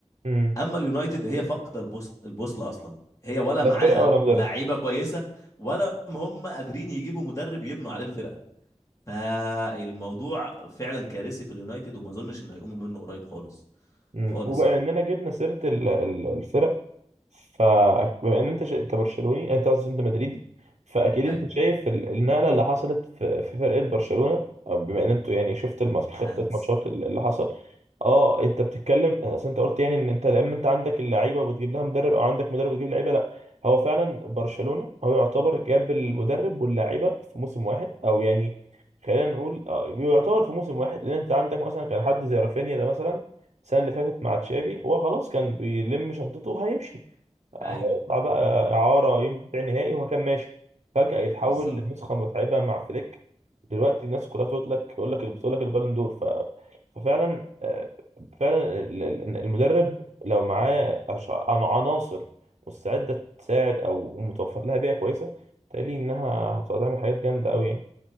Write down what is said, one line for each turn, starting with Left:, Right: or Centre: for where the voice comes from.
Right: مم.
Left: اما اليونايتد هي فاقده البوصل البوصل اصلا هي ولا
Right: لا
Left: معاها
Right: فرقه ولا مدرب
Left: لعيبه كويسه ولا هم قادرين يجيبوا مدرب يبنوا عليه الفرقه فالموضوع فعلا كارثي في اليونايتد وما اظنش ان هيقوموا منه قريب خالص
Right: مم.
Left: خالص
Right: وبما
Left: يعني
Right: اننا جبنا سيره ال- ال- الفرق فبما ان انت شا... انت برشلوني انت قصدي انت مدريدي فاكيد انت
Left: ايوه
Right: شايف ال- النقله اللي حصلت في, في فرقه برشلونه أو بما ان انتوا يعني شفت الماتش خطه
Left: هانز
Right: ماتشات ال- اللي حصل اه انت بتتكلم اصل انت قلت يعني ان انت لما انت عندك اللعيبه وبتجيب لها مدرب او عندك مدرب وتجيب لعيبه لا هو فعلا برشلونه هو يعتبر جاب المدرب واللعيبه في موسم واحد او يعني خلينا نقول آه، يعتبر في موسم واحد لان انت عندك مثلا كان حد زي رافينيا ده مثلا السنه اللي فاتت مع تشافي هو خلاص كان بيلم شنطته وهيمشي هيطلع
Left: ايوه
Right: بقى إعارة ينبيع نهائي وهو كان ماشي فجأة يتحول
Left: بالظبط
Right: لنسخة متعبة مع فليك دلوقتي الناس كلها تقول لك تقول لك بتقول لك البالون دور ف... ففعلا آه، فعلا ال- ال- المدرب لو معاه أش- عن- عناصر مستعدة تساعد أو متوفر لها بيئة كويسة تقلي إنها هتبقى تعمل حاجات جامدة أوي يعني